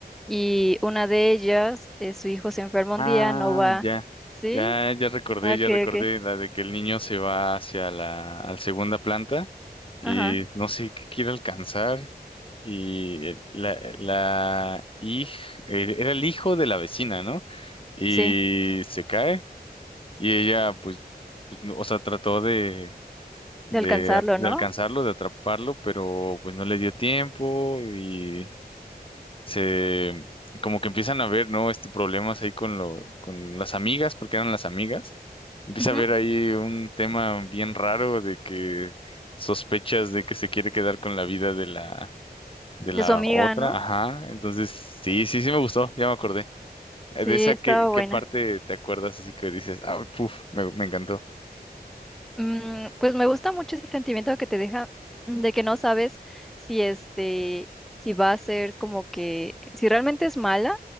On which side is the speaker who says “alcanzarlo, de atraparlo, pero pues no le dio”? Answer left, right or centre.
Left